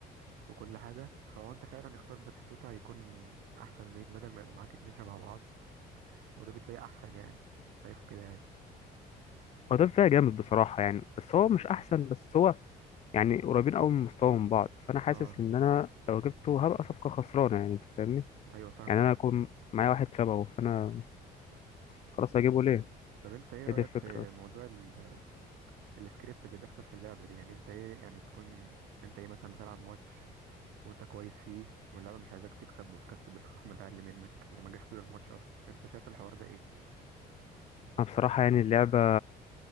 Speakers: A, on the right (about 85°); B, on the left (about 40°).
A: وكل حاجة فهو انت فعلا اختار باتيستوتا هيكون احسن ليك بدل ما يبقى معاك اتنين شبه بعض ودافيد فيا احسن يعني شايفه كده يعني
B: هو ده فيها جامد بصراحة يعني بس هو مش أحسن بس هو يعني قريبين أوي من مستواهم بعض فأنا حاسس
A: اه
B: إن أنا لو جبته هبقى صفقة خسرانة يعني أنت فاهمني
A: ايوه فاهمك
B: يعني أنا أكون معايا واحد شبهه فأنا خلاص هجيبه ليه
A: طب انت ايه رأيك
B: هي دي الفكرة
A: في
B: بس
A: موضوع ال... السكريبت اللي بيحصل في اللعبة دي يعني انت ايه يعني تكون انت ايه مثلا بتلعب ماتش وانت كويس فيه واللعبة مش عايزاك تكسب وتكسب الخصم اللي اقل منك اللي ما جاش طول الماتش اصلا انت شايف الحوار ده ايه
B: أنا بصراحة يعني اللعبة